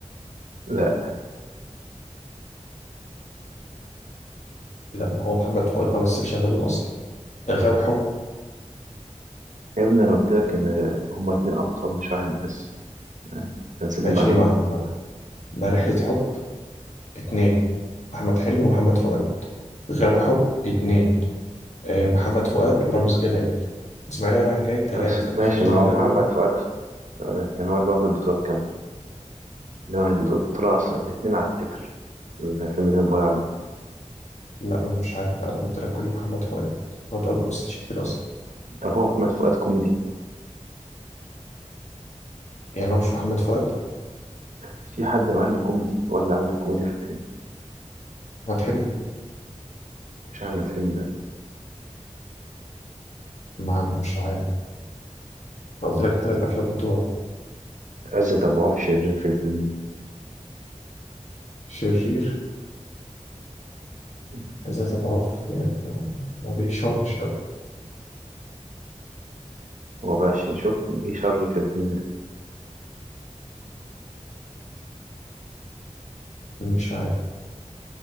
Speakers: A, on the right; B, on the left.
A: لا
B: لا ما هو محمد فؤاد ما مثلش غيره أصلا غاوي حب
A: يا ابني أنا قلت لك إن هما اتنين أبطال مش واحد بس أنت نسيت
B: ماشي
A: المعلومة
B: مع
A: دي
B: مع مع رحلة حب اتنين أحمد حلمي ومحمد فؤاد غاوي حب اتنين آه، محمد فؤاد ورامز جلال اسماعيليه رايح جاي
A: بس
B: ثلاثة
A: ماشي
B: خالد
A: ما
B: النبوي
A: هو محمد فؤاد آه، كان هو اللي واخد البطولة الكاملة إنما البطولة أصلا الاتنين على التتر الفيلم اللي أنا بقول عليه
B: لا ما انا مش عارف بقى انا جبت لك كل محمد فؤاد محمد فؤاد ما مثلش كتير اصلا
A: طب هو محمد فؤاد كوميدي
B: يعني هو مش محمد فؤاد
A: في حد معاه اللي كوميدي هو اللي عامل الكوميديا في الفيلم
B: احمد حلمي
A: مش أحمد حلمي
B: ما انا مش عارف انا قلت لك الثلاث افلام بتوعه
A: عزت أبو عوف شرير في الفيلم ده
B: شرير
A: مم.
B: ذات اضعاف يعني ما ما بيشرش قوي
A: هو بقى شرير شوف جه شر في الفيلم ده
B: مش عارف